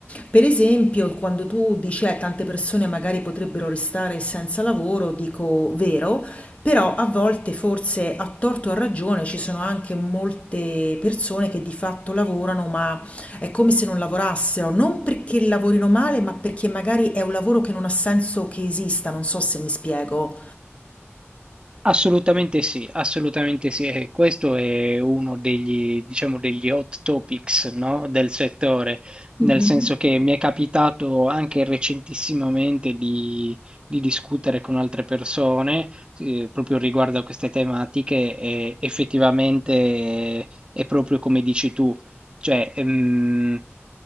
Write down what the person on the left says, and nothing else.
Per esempio, quando tu dici eh, tante persone magari potrebbero restare senza lavoro, dico vero, però a volte forse a torto o a ragione ci sono anche molte persone che di fatto lavorano, ma è come se non lavorassero, non perché lavorino male, ma perché magari è un lavoro che non ha senso che esista, non so se mi spiego.
Mh-mh.